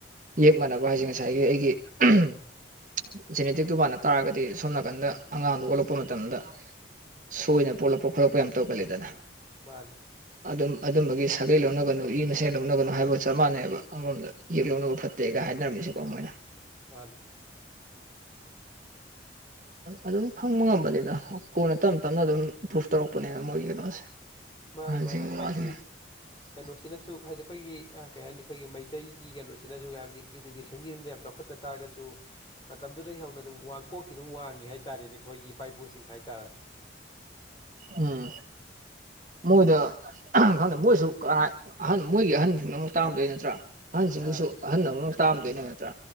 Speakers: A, on the right; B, on the left.
A: ꯌꯦꯛ ꯃꯥꯟꯅꯕ ꯍꯥꯏꯖꯦ ꯉꯁꯥꯏꯒꯤ ꯑꯩꯒꯤ ꯎꯝ ꯖꯦꯅꯦꯇꯤꯛꯇꯨ ꯃꯥꯥꯟꯅ ꯇꯥꯔꯒꯗꯤ ꯁꯣꯝ ꯅꯥꯀꯟꯗ ꯑꯉꯥꯡꯗꯨ ꯑꯣꯜꯂꯛꯄ ꯃꯇꯝꯗ ꯁꯣꯏꯅ ꯄꯣꯛꯂꯛꯄ ꯈꯣꯠꯂꯛꯄ ꯌꯥꯝ ꯇꯧꯒꯜꯂꯤꯗꯅ
B: ꯃꯥꯅꯤ
A: ꯑꯗꯨꯝ ꯑꯗꯨꯝꯕꯒꯤ ꯁꯥꯒꯩ ꯂꯧꯅꯒꯅꯨ ꯏ ꯃꯁꯦꯟ ꯂꯧꯅꯒꯅꯨ ꯍꯥꯏꯕ ꯆꯞ ꯃꯥꯟꯅꯩꯕ ꯑꯃꯔꯣꯝꯗ ꯌꯦꯛ ꯂꯧꯅꯕ ꯐꯠꯇꯦꯒ ꯍꯥꯏꯅꯔꯝꯃꯤꯁꯤꯀꯣ ꯃꯣꯏꯅ
B: ꯃꯥꯅꯤ
A: ꯑꯗꯨꯝ ꯈꯪꯕ ꯉꯝꯕꯅꯤꯗ ꯀꯣꯟꯅ ꯇꯞ ꯇꯞꯅ ꯑꯗꯨꯝ ꯄ꯭ꯔꯨꯐ ꯇꯧꯔꯛꯄꯅꯦꯕ ꯃꯣꯏꯒꯤ ꯀꯩꯅꯣꯁꯦ
B: ꯃꯥꯅꯦ
A: ꯑꯍꯟꯁꯤꯡꯒꯤ
B: ꯃꯥꯅꯦ ꯑꯈꯣꯏꯒꯤ
A: <inaudible>
B: ꯀꯩꯅꯣꯁꯤꯅꯁꯨ ꯍꯥꯏꯗꯤ ꯑꯈꯣꯏꯒꯤ ꯑꯥ ꯀꯩ ꯍꯥꯏꯅꯤ ꯑꯈꯣꯏꯒꯤ ꯃꯩꯇꯩꯒꯤ ꯀꯩꯅꯣꯁꯤꯅꯖꯨ ꯍꯥꯏꯕꯗꯤ ꯏꯗꯨꯀꯦꯁꯟꯒꯤꯗ ꯌꯥꯝ ꯆꯥꯎꯈꯠꯇꯥ ꯇꯥꯔꯒꯁꯨ ꯃꯇꯝꯗꯨꯗꯩ ꯍꯧꯅ ꯑꯗꯨꯝ ꯋꯥꯡ ꯀꯣꯛꯇꯤ ꯑꯗꯨꯝ ꯋꯥꯡꯉꯤ ꯍꯥꯏꯇꯥꯔꯦꯅꯦ ꯑꯈꯣꯏꯒꯤ ꯏꯄꯥ ꯏꯄꯨꯁꯤꯡ ꯍꯥꯏꯇꯥꯔꯦ
A: ꯎꯝ ꯃꯣꯏꯗ ꯑꯥ ꯈꯪꯗꯦ ꯃꯣꯏꯁꯨ ꯀꯥ ꯑꯍꯟ ꯃꯣꯏꯒꯤ ꯑꯍꯟꯁꯤꯡꯅ ꯑꯃꯨꯛ ꯇꯥꯛꯑꯝꯗꯣꯏ ꯅꯠꯇ꯭ꯔꯥ ꯑꯍꯟꯁꯤꯡꯗꯨꯁꯨ
B: ꯑꯥ
A: ꯑꯍꯟ ꯑꯃꯅ ꯇꯥꯑꯝꯗꯣꯏꯅꯦ ꯅꯠꯇ꯭ꯔꯥ